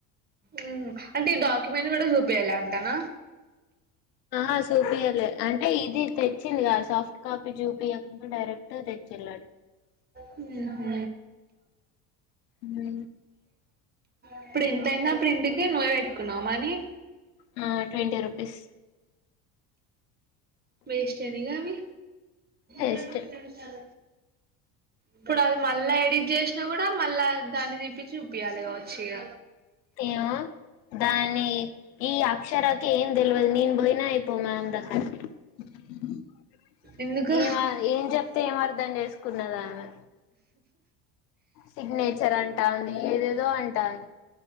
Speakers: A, on the right; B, on the left.
A: ఉ అంటే ఈ డాక్యుమెంట్ కూడ యు బేలా అంటాన
B: ఆ సూపియలే అంటే ఇది తెచ్చింది కద సాఫ్ట్ కాపీ జూపియ డైరెక్ట్ తెచ్చిళ్ళ
A: హ్మ్ హు
B: హు
A: ఇప్పుడేన్ ఎంతయిందా ప్రింట్ కి నువ్వే పెట్టుకున్నావు మనీ
B: ఆ ట్వంటీ రుపీస్
A: వేస్టఎనిగావి
B: వేస్ట్
A: బ చ ఇప్పుడు అది మళ్ళా ఎడిట్ చేసినా కూడా మళ్ళా దాన్ని తిప్పించి చుపియాలి కావచ్చు ఇగ
B: ఏమో దాని ఈ అక్షరకి ఏం తెల్వదు నేను పోయినా అయిపో మ్యామ్ దగ్గరకి. ఆ
A: ఎందుకు
B: ఏమ ఏం చెప్తే ఏం అర్ధం చేసుకున్నద ఆమె సిగ్నేచర్ అంటాంది ఏదేదో అంటాది